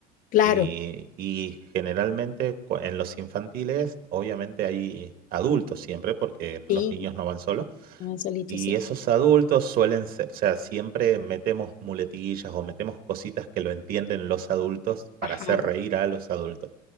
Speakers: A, on the left; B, on the right.
A: claro.
B: y, y generalmente cu- en los infantiles obviamente hay adultos siempre, porque los
A: Sí,
B: niños no van solos,
A: no, solito,
B: y
A: sí.
B: esos adultos suelen ser, o sea, siempre metemos muletillas o metemos cositas que lo entienden los adultos para
A: Ajá,
B: hacer reír a los adultos.